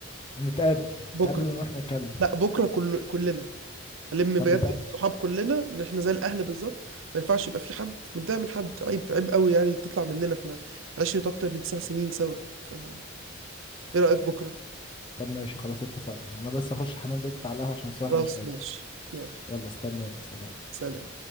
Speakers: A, on the left; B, on the right.
A: نتقابل
B: بكرة
A: نتقابل ونروح نتكلم
B: لا بكرة كل كلنا هلم
A: طب
B: بجد
A: نتقابل
B: الصحاب كلنا إن إحنا زي الأهل بالظبط ما ينفعش يبقى في حد متضايق من حد عيب عيب قوي يعني تطلع مننا إحنا عشرة أكتر من تسع سنين سوا فإيه رأيك بكرة؟
A: طب ماشي خلاص اتفقنا انا بس اخش الحمام دلوقتي في على القهوة عشان الصراحة
B: خلاص
A: مش قادر
B: ماشي يلا
A: يلا استناني سلام
B: سلام